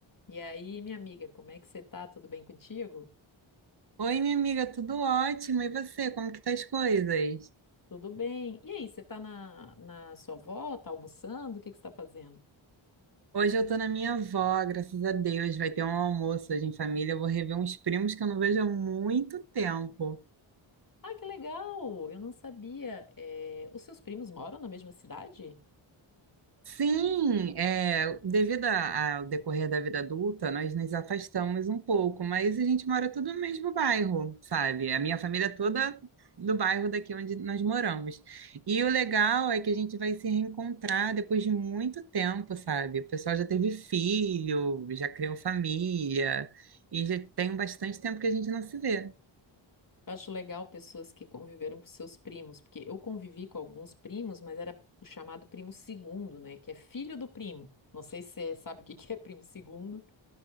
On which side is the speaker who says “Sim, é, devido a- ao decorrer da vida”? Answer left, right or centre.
Right